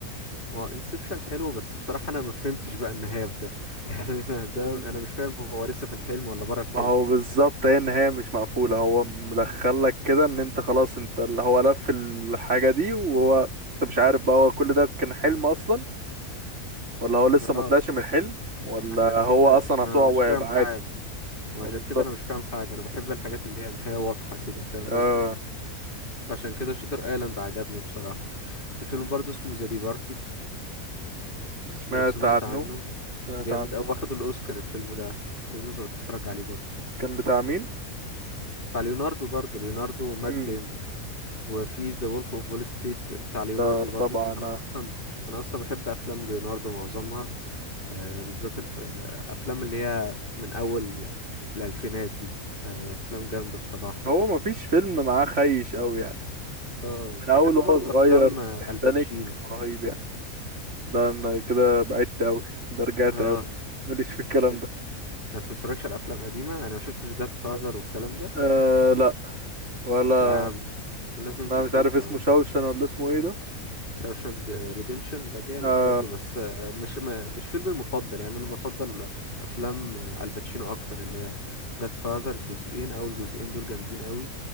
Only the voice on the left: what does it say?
ما هو انسبشن حلو بس بصراحة انا ما فهمتش بقى النهاية في ده <laughs> يعني انا ده
انا مش فاهم هو لسه في الحلم ولا بره الحلم
اه
عشان كده
انا
مش
فاهم حاجة
وعشان
كده انا مش فاهم حاجة انا بحب الحاجات اللي هي نهاية واضحة كده فاهم
قصدي عشان كده شوتر ايلاند عجبني بصراحة في فيلم برضه اسمه ذا ديبارتد
لو سمعت
عنه
جامد
او واخد الاوسكار الفيلم ده لازم تبقى تتفرج عليه برضه
بتاع ليوناردو برضه ليوناردو ومات
ديمون وفي ذا وولف اوف وول ستريت بتاع ليوناردو
برضو
انا
اصلا انا اصلا بحب افلام ليوناردو معظمها آه، بالذات الف... آه، افلام اللي هي من اول الالفينات دي آه، افلام جامده بصراحه
آه،
بحب برضو
افلام آه،
الباتشينو
اه
انت
ما بتتفرجش على افلام قديمه انا ما شفتش جاد فاذر والكلام ده
لا يا عم لازم
تشوفه
يا عم
شاوشاند ريديمشن ده جامد
برضو بس آه، مش ما- مش فيلمي المفضل يعني انا بفضل افلام آه، الباتشينو اكتر اللي هي جاد فاذر جزئين او الجزئين دول جامدين قوي